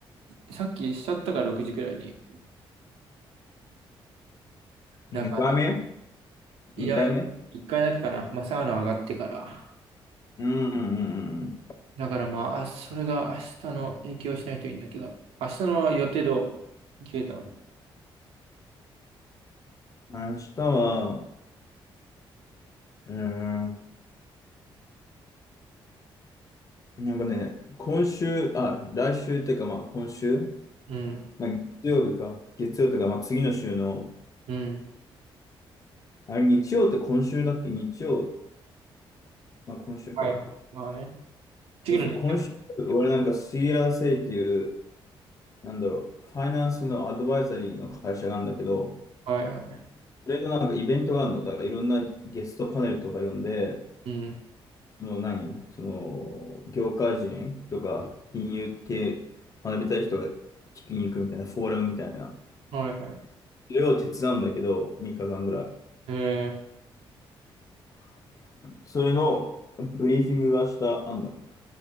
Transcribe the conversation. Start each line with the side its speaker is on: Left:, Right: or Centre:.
Right: さっきしちゃったから6時くらいに。
Left: 2回目
Right: だから、いや、
Left: ?2 回目
Right: 1回だけかな。まあ、サウナ上がってから。
Left: うんうんうん
Right: だからまあ、それが明日の影響しないといいんだけど、明日の予定どう消えたう
Left: うん。明日は、うーん、なんかね、今週、あ、来週っていうか、まあ、今週、
Right: ん、
Left: まあ、月曜日か、月曜とか、まあ、次の週の、
Right: うん。
Left: あれ、日曜って今週だっけ日曜、まあ、今週か。
Right: はい。まあね。次のね。
Left: そうそう、今週、俺なんか c l セイっていう、なんだろう、ファイナンスのアドバイザリーの会社があるんだけど、
Right: はいはい。
Left: それのなんかイベントがあるのだから、いろんなゲストパネルとか呼んで、
Right: うん。
Left: その何、その、業界人とか、金融系学びたい人が聞きに行くみたいな、フォーラムみたいな。
Right: はいはい。
Left: それを手伝うんだけど、3日間ぐらい。
Right: え
Left: それのブリーフィングが明日あんの。